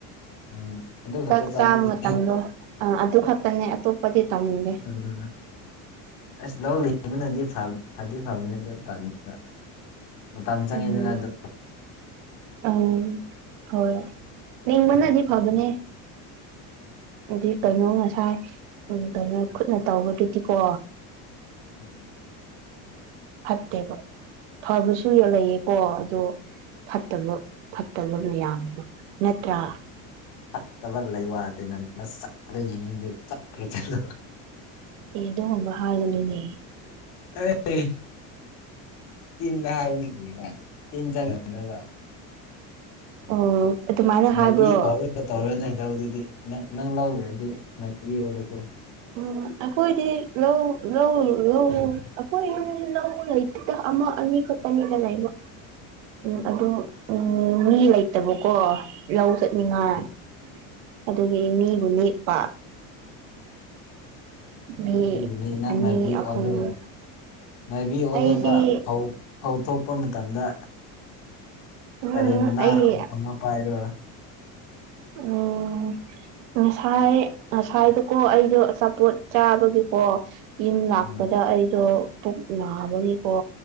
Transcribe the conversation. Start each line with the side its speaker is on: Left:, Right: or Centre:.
Left: ꯎꯝ ꯑꯗꯨ ꯈꯛꯇ
Right: ꯆꯥꯛ
Left: ꯆꯥꯅꯤꯡꯉꯤ
Right: ꯆꯥꯕ ꯃꯇꯝꯗꯣ ꯑꯗꯨ ꯈꯛꯇꯅꯦ ꯑꯇꯣꯞꯄꯗꯤ ꯇꯧꯅꯤꯡꯗꯦ
Left: ꯎꯝ ꯑꯁ ꯂꯧ ꯂꯤꯡ ꯕꯅꯗꯤ ꯐꯗꯤ ꯐꯕꯅꯤ ꯑꯗꯨ ꯇꯟꯕ ꯃꯇꯝ ꯆꯪꯉꯤꯗꯅ
Right: ꯎꯝ
Left: ꯗꯨ
Right: ꯎꯝ ꯍꯣꯏ ꯂꯤꯡꯕꯅꯗꯤ ꯐꯕꯅꯦ ꯑꯗꯤ ꯀꯩꯅꯣ ꯉꯁꯥꯏ ꯎꯝ ꯀꯩꯅꯣ ꯈꯨꯠꯅ ꯇꯧꯕꯗꯨꯗꯤꯀꯣ
Left: <inaudible>
Right: ꯐꯠꯇꯦꯕ ꯐꯕꯁꯨ ꯂꯩꯌꯦꯀꯣ ꯑꯗꯨ ꯐꯠꯇꯕ ꯐꯠꯇꯕ ꯃꯌꯥꯝꯗꯨ ꯅꯠꯇ꯭ꯔꯥ
Left: ꯐꯠꯇꯕ ꯂꯩ ꯋꯥꯇꯦꯅ ꯅꯁꯛꯗꯣ ꯌꯦꯡꯅꯤꯡꯗ꯭ꯔꯦ ꯆꯠꯈ꯭ꯔꯣ ꯆꯠꯂꯣ
Right: ꯑꯦ ꯑꯗꯨꯒꯨꯝꯕ ꯍꯥꯏꯒꯅꯨꯅꯦ
Left: ꯑꯦ ꯇꯤꯟꯗ ꯍꯥꯏꯕꯅꯤ ꯀꯔꯤꯔꯥ ꯇꯤꯟ ꯆꯪ ꯉꯛꯅꯕ
Right: ꯑꯣ ꯑꯗꯨꯃꯥꯏꯅ
Left: ꯃꯥꯏꯕꯤ
Right: ꯍꯥꯏꯕ꯭ꯔꯣ
Left: ꯀꯧꯔꯒ ꯇꯧꯔꯅꯦ ꯂꯧ ꯗꯨꯗꯤ ꯅꯪ ꯂꯧꯔꯨꯔꯦꯗꯤ ꯃꯥꯏꯕꯤ ꯑꯣꯜꯀꯣ
Right: ꯎꯝ ꯑꯈꯣꯏꯗꯤ ꯂꯧ ꯂꯧ ꯂꯧ ꯑꯈꯣ ꯌꯨꯝꯗꯤ ꯂꯧ ꯂꯩꯇꯦꯗ ꯑꯃ ꯑꯅꯤ ꯈꯛꯇꯅꯤꯗ ꯂꯩꯕ ꯎꯝ ꯑꯗꯨ ꯎꯝ ꯃꯤ ꯂꯩꯇꯕꯀꯣ ꯂꯧ ꯆꯠꯅꯤꯡꯉꯥꯏ ꯑꯗꯨꯒꯤ ꯃꯤꯕꯨ ꯅꯦꯛꯄ ꯃꯤ
Left: ꯑꯗꯨꯒꯤꯅꯤ ꯅꯪ
Right: ꯑꯅꯤ
Left: ꯃꯥꯏꯕꯤ
Right: ꯑꯍꯨꯝ
Left: ꯑꯣꯜꯂꯨ ꯃꯥꯏꯕꯤ ꯑꯣꯜꯂꯨꯕ
Right: ꯑꯩꯗꯤ
Left: ꯐꯧ ꯐꯧ ꯊꯣꯛꯄ ꯃꯇꯝꯗ
Right: ꯎꯝ
Left: ꯇꯔꯦꯟ ꯃꯅꯥ
Right: ꯑꯩ
Left: ꯑꯃꯥ ꯄꯥꯏꯔꯣ
Right: ꯎꯝ ꯉꯁꯥꯏ ꯉꯁꯥꯏꯗꯨꯀꯣ ꯑꯩꯗꯣ ꯑꯆꯥꯄꯣꯠ ꯆꯥꯕꯒꯤꯀꯣ ꯌꯨꯝ ꯂꯥꯛꯄꯗ
Left: ꯎꯝ
Right: ꯑꯩꯗꯣ ꯄꯨꯛ ꯅꯥꯕꯒꯤꯀꯣ